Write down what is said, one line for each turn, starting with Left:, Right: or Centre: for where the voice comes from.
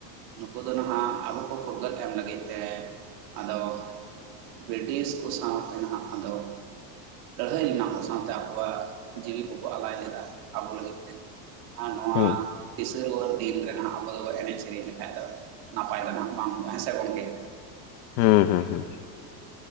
Right: ᱱᱩᱠᱩ ᱫᱚ ᱱᱟᱦᱟᱜ ᱟᱵᱚ ᱠᱚ ᱯᱷᱩᱨᱜᱟᱹᱞ ᱮᱢ ᱞᱟᱹᱜᱤᱫ ᱛᱮ ᱟᱫᱚᱼᱼ ᱵᱨᱤᱴᱤᱥ ᱠᱚ ᱥᱟᱶᱛᱮ ᱱᱟᱦᱟᱜ ᱟᱫᱚ ᱞᱟᱹᱲᱦᱟᱹᱭ <unintelligible> ᱥᱟᱶᱛᱮ ᱟᱵᱚᱣᱟᱜ ᱡᱤᱣᱤ ᱠᱚ ᱠᱚ ᱟᱞᱟᱭ ᱞᱮᱫᱟ ᱟᱵᱚ ᱞᱟᱹᱜᱤᱫ ᱛᱮ ᱟᱨ ᱱᱚᱣᱟᱼᱼ
Left: ᱦᱮᱸ
Right: ᱫᱤᱱ ᱨᱮᱱᱟᱜ ᱟᱵᱚ ᱫᱚᱵᱚᱱ ᱮᱱᱮᱡ ᱥᱮᱨᱮᱧ ᱞᱮᱠᱷᱟᱡ ᱫᱚ ᱱᱟᱯᱟᱭ ᱠᱟᱱᱟ ᱵᱟᱝ ᱦᱮᱸ ᱥᱮ ᱜᱚᱝᱜᱮ?
Left: ᱦᱮᱸ ᱦᱮᱸ ᱦᱮᱸᱻ